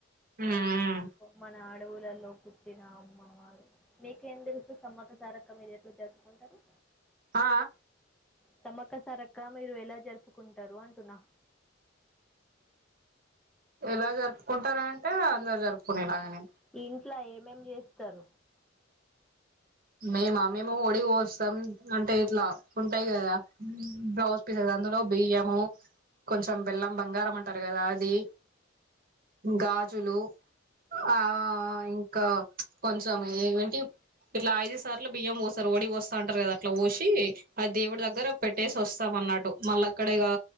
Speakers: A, on the right; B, in the centre.
A: మ్మ్
B: మన ఆడు ల్లలో పుట్టిన అమ్మవారు మీకేం తెలుసు సమ్మక సారక్క మీరెట్ల జరుపుకుంటారు
A: ఆ
B: సమక్క సారక్క మీరు ఎలా జరుపుకుంటారు అంటున్న
A: ఎలా జరుపుకుంటార అంటే అందరు జరుపుకునేలాగని
B: ఇంట్లో ఏజే తరు
A: మేమా మేము ఒడి వోస్తాం, అంటే ఇట్లా ఉంటాయి కదా బ్లౌజ్ పిసేస్ అందు బియ్యము, కొంచెం బెల్లం, బంగారం అంటారు. కదా అది గాజులు, ఆ ఇంకా కొంచెం ఏంటి ఇట్లా ఐదు సార్లు బియ్యం పోస్తారు. ఓడి పోస్తా అంటారు కదా, అట్లా పోసి ఆ దేవుడి దగ్గర పెట్టేసి వస్తాం అన్నట్టు మళ్ళా అక్కడిగా